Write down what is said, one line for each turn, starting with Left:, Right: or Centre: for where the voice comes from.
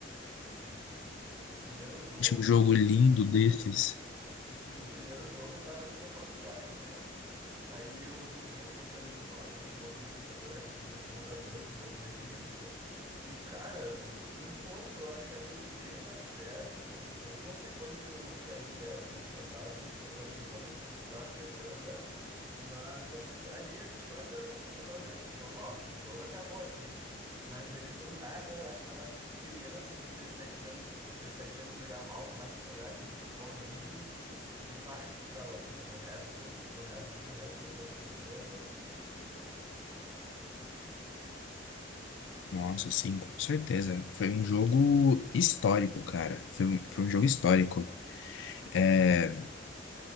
Right: Sim. O primeiro jogo.
Left: Tinha um jogo lindo desses.
Right: O, pri- o primeiro jogo eu tava aqui na faculdade vendo. Aí eu juntei uns outros amigos nossos, a gente botou no computador ali, começamos a ver o jogo desde o início. E, cara, muito louco, meu. Eu acho que abriu 3 a zero ou, ou não sei quanto que, o, que a Inter abriu de vantagem em cima do Barcelona. Eu acho que foi três a zero Mas a gente, ali a gente quase largou o computador, né? A gente falou, bom, o jogo acabou aqui. Mas daí, do nada, aquela criança de 17 anos, 17 anos do Yamal começa a jogar aquele futebol lindo. E bah, <laughs> tá louco. O resto, o resto, o resto viu, né? Meu Deus.
Left: Nossa, sim, com certeza. Foi um jogo histórico, cara. Foi um, foi um jogo histórico. É,